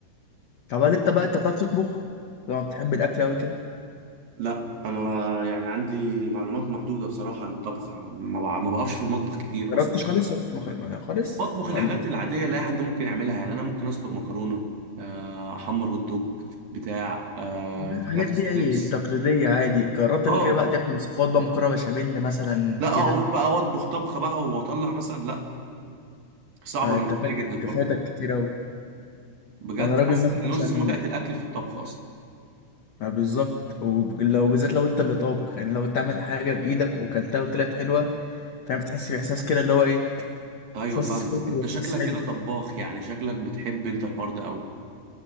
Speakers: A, on the left; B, on the right.
A: طب هل انت بقى انت بتعرف تطبخ؟ لو بتحب الاكل قوي كده
B: لا أنا يعني عندي معلومات محدودة بصراحة عن الطبخ ما بع- ما بقفش في المطبخ كتير
A: جربتش
B: أصلا
A: خالص ولا مخ- ما- خالص
B: بطبخ الحاجات
A: ولا
B: العادية اللي أي حد ممكن يعملها يعني أنا ممكن أسلق مكرونة آه، أحمر هوت دوج بتاع آه،
A: لا،
B: فراخ
A: الحاجات
B: ستريبس
A: دي اي تقليدية عادي جربت
B: آه
A: قبل كده بقى تعمل وصفات بقى مكرونة بشاميل مثلا
B: لا
A: كده
B: أقف بقى وأطبخ طبخة بقى وأطلع مثلا لا صعبة
A: آه،
B: بالنسبة
A: انت فاتك
B: لي جدا الحوار
A: كفايتك
B: ده
A: كتير اوي
B: بجد
A: انا راجل
B: حاسس
A: مثلا
B: إن
A: عشان
B: نص متعة الأكل في الطبخ أصلا
A: آه، بالظبط ولو بالذات لو انت اللي طابخ يعني لو بتعمل حاجة بايدك وكلتها وطلعت حلوة فاهم بتحس باحساس كده اللي هو ايه
B: أيوة
A: احساس
B: فاهمة
A: فخر
B: أنت
A: واحساس
B: شكلك
A: حلو
B: كده طباخ يعني شكلك بتحب أنت الحوار ده أوي